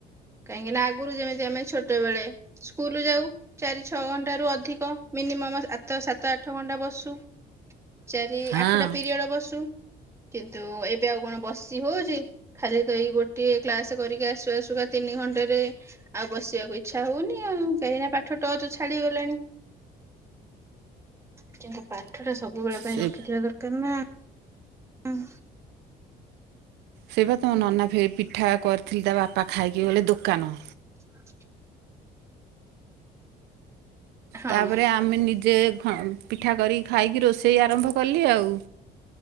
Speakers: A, on the right (about 15°); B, on the right (about 80°).
A: କାହିଁକିନା ଆଗରୁ ଯେମିତି ଆମେ ଛୋଟବେଳେ ସ୍କୁଲ ଯାଉ ଚାରି ଛଅ ଘଣ୍ଟାରୁ ଅଧିକ ମିନିମମ୍ ଆତ ସାତ ଆଠ ଘଣ୍ଟା ବସୁ। ଚାରି
B: ହଁ
A: ଆଠଟା ପିରିୟଡ଼ ବସୁ। କିନ୍ତୁ ଏବେ ଆଉ କଣ ବସି ହଉଚି ଖାଲି ତ ଏଇ ଗୋଟିଏ କ୍ଲାସ କରିକି ଆସୁ ଆସୁକା ତିନି ଘଣ୍ଟାରେ ଆଉ ବସିବାକୁ ଇଚ୍ଛା ହଉନି ଆଉ କାହିଁକିନା ପାଠ ଟଚ ଛାଡିଗଲାଣି। କିନ୍ତୁ ପାଠ ଟା ସବୁବେଳେ ପାଇଁ
B: ସେ
A: ରଖିଥିବା ଦରକାର ନା। ହଁ।
B: ସେ ବା ତମ ନନା ଫେ ପିଠା କରିଥିଲି ତା ବାପା ଖାଇକି ଗଲେ ଦୋକାନ।
A: <inaudible> ହଁ
B: ତାପରେ ଆମେ ନିଜେ ଖ ପିଠା କରିକି ଖାଇକି ରୋଷେଇ ଆରମ୍ଭ କଲି ଆଉ